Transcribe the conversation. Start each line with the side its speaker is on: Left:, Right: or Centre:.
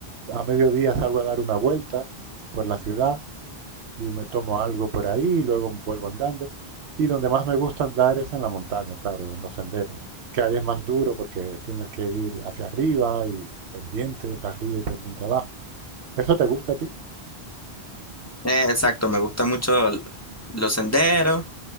Right: a mediodía salgo a dar una vuelta por la ciudad y me tomo algo por ahí y luego vuelvo andando. Y donde más me gusta andar es en la montaña, claro, en los senderos, que ahí es más duro porque tienes que ir hacia arriba y y pendientes arriba y pendiente abajo. ¿Eso te gusta a ti?
Left: Eh, exacto, me gusta mucho l- los senderos,